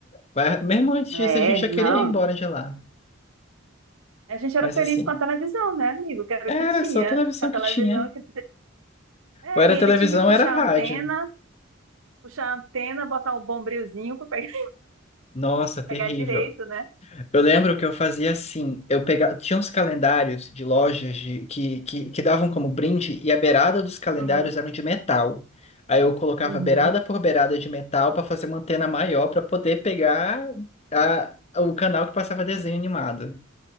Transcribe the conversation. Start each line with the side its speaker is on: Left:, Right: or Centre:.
Left: Mas Mesmo antes
Right: É,
Left: disso a gente já
Right: não.
Left: queria ir embora de lá.
Right: A gente era
Left: Mas
Right: feliz
Left: assim,
Right: com a televisão, né, amigo? Que era
Left: era
Right: o que tinha
Left: só a televisão
Right: com a televisão.
Left: que tinha.
Right: é que- É,
Left: Ou era
Right: e
Left: televisão,
Right: ainda tinha que puxar
Left: ou era rádio.
Right: a antena, puxar a antena, botar um bombrilzinho para pegar,
Left: Nossa,
Right: <laughs>
Left: terrível.
Right: pegar direito, né?
Left: Eu lembro que eu fazia assim, eu pegava, tinha uns calendários de lojas de- que, que, que davam como brinde e a beirada dos calendários
Right: Uhum,
Left: eram de metal. Aí eu colocava
Right: uhum.
Left: beirada por beirada de metal para fazer uma antena maior para poder pegar a, o canal que passava desenho animado.